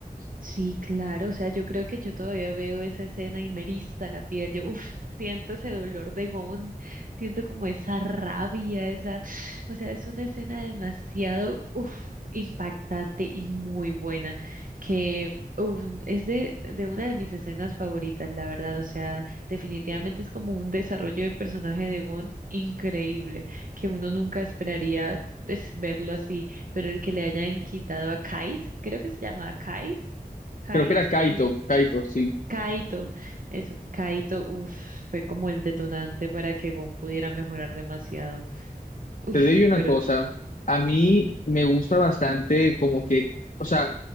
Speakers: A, on the right (about 60°); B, on the left (about 50°).
A: Sí, claro, o sea, yo creo que yo todavía veo esa escena y me eriza la piel, yo uf, siento ese dolor de Gon, siento como esa rabia, esa, o sea, es una escena demasiado uf, impactante y muy buena, que uf, es de, de una de mis escenas favoritas, la verdad, o sea, definitivamente es como un desarrollo de personaje de Gon increíble, que uno nunca esperaría pues, verlo así, pero el que le hayan quitado a Kite, creo que se llama Kite Kite,
B: Creo que era Kaito,
A: Ki-
B: Kaito, sí.
A: Kaito, eso, Kaito, uff, fue como el detonante para que Gon pudiera mejorar demasiado. Uff,
B: Te digo una
A: pero,
B: cosa, a mí me gusta bastante como que, o sea,